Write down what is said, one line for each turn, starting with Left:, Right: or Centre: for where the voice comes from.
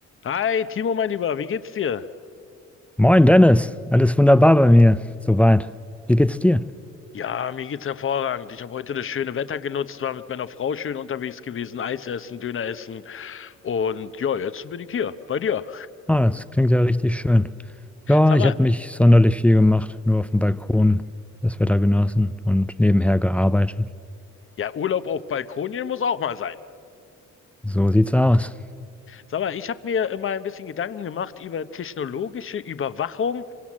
Left: Hi, Timo, mein Lieber, wie geht's dir?
Centre: Moin Dennis, alles wunderbar bei mir, soweit. Wie geht's dir?
Left: Ja, mir geht's hervorragend. Ich habe heute das schöne Wetter genutzt, war mit meiner Frau schön unterwegs gewesen, Eis essen, Döner essen und ja, jetzt bin ich hier bei dir.
Centre: Ah, das klingt ja richtig schön. Ja,
Left: Sag
Centre: ich
Left: mal,
Centre: habe nicht sonderlich viel gemacht, nur auf dem Balkon das Wetter genossen und nebenher gearbeitet.
Left: ja, Urlaub auf Balkonien muss auch mal sein.
Centre: So sieht's aus.
Left: Sag mal, ich habe mir immer ein bisschen Gedanken gemacht über technologische Überwachung